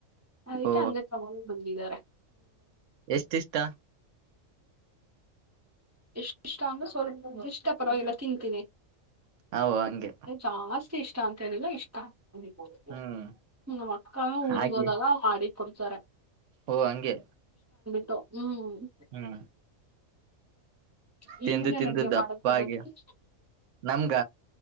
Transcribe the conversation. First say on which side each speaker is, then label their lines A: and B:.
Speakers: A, on the right (about 25°); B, on the right (about 65°).
A: ಅದಕ್ಕೆ
B: ಓ
A: ಹಂಗೆ ತಕೊಂಡು ಬಂದಿದ್ದಾರೆ
B: ಎಷ್ಟು ಇಷ್ಟ
A: ಎಷ್ಟು ಇಷ್ಟ ಅಂದ್ರೆ ಸ್ವಲ್ಪ ಇಷ್ಟ ಪರವಾಗಿಲ್ಲ ತಿಂತೀನಿ
B: ಹಓ ಹಂಗೆ
A: ಜಾಸ್ತಿ ಇಷ್ಟ ಅಂತ ಹೇಳಿಲ್ಲ ಇಷ್ಟ ಹ್ಮ
B: ಹ್ಮ್
A: ನಮ್ಮ ಅಕ್ಕನು
B: ಹಾಗೆ
A: ಊರಿಗ್ ಹೋದಾಗ ಮಾಡಿ ಕೊಡ್ತಾರೆ
B: ಓ ಹಂಗೆ
A: ಹ್ಮ್
B: ಹ್ಮ್
A: ನಿಮಗೇನು
B: ತಿಂದು ತಿಂದು
A: ಅಡ್ಗೆ
B: ದಪ್ಪಾಗಿ
A: ಮಾಡೋಕೆ ಗೊತ್ತು
B: ನಮ್ಗ